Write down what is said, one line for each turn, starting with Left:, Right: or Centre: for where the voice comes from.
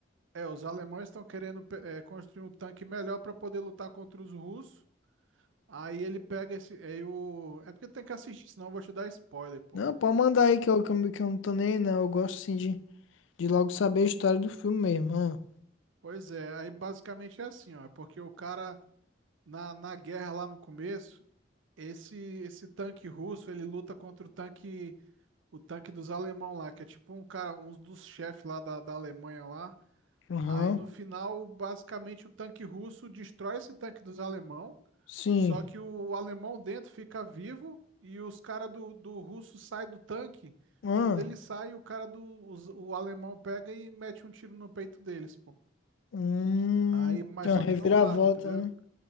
Right: É, os alemães estão querendo pe- eh, construir um tanque melhor pra poder lutar contra os russos. Aí ele pega esse. Aí o... É porque tem que assistir, senão eu vou te dar spoiler, pô.
Left: Não, pode mandar
Right: Mas,
Left: aí que eu, que eu, que eu não tô nem aí, não. Eu gosto, assim, de, de logo saber a história do filme mesmo. ah.
Right: pois é, aí basicamente é assim, ó. É porque o cara, na, na guerra lá no começo, esse esse tanque russo, ele luta contra o tanque, o tanque dos alemão lá, que é tipo um cara, um dos chefes lá da, da Alemanha lá.
Left: Aham,
Right: Aí no final, basicamente, o tanque russo destrói esse tanque dos alemão,
Left: sim.
Right: só que o alemão dentro fica vivo e os caras do, do russo saem do tanque.
Left: Ah,
Right: Quando ele sai, o cara do os- o alemão pega e mete um tiro no peito deles, pô.
Left: hum,
Right: Aí, mas
Left: tem uma
Right: só
Left: reviravolta,
Right: que não mata, entendeu?
Left: né?